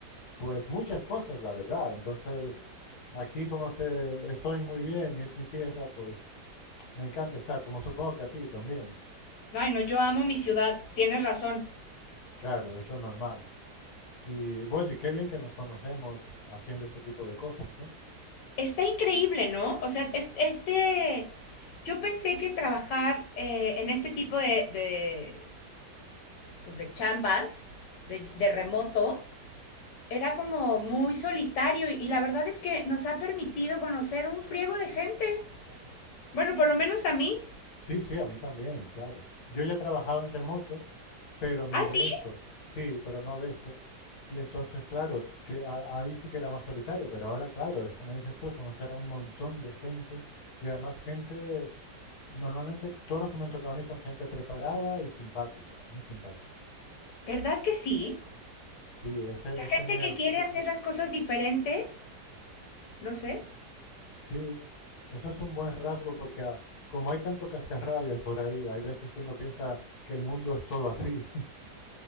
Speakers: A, on the left (about 65°); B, on the left (about 80°).
A: pues muchas cosas, la verdad. Entonces, aquí como se, estoy muy bien y es mi tierra, pues me encanta estar, como supongo que a ti también.
B: Ay, no, yo amo mi ciudad, tienes razón.
A: Claro, es lo normal. Y bueno, y qué bien que nos conocemos haciendo este tipo de cosas, ¿no?
B: Está increíble, ¿no? O sea, es- este... Yo pensé que trabajar eh, en este tipo de, de, pues, de chambas, de, de remoto, era como muy solitario y, y la verdad es que nos ha permitido conocer un friego de gente. Bueno, por lo menos a mí.
A: Sí, sí, a mí también, claro. Yo ya trabajaba en remoto, pero no
B: Ah, sí,
A: de esto. Sí, pero no de esto. Y entonces, claro, te- a- ahí sí que era más solitario, pero ahora, claro, es como dices tú, conocer a un montón de gente y además gente, normalmente todos los que me han tocado a mí son gente preparada y simpática, muy simpática.
B: ¿verdad que sí?
A: Sí, ese
B: O sea,
A: es genial.
B: gente que quiere hacer las cosas diferente, no sé.
A: Sí, eso es un buen rasgo porque ah, como hay tanto cascarrabias por ahí, hay veces que uno piensa que el mundo es todo así. <laughs>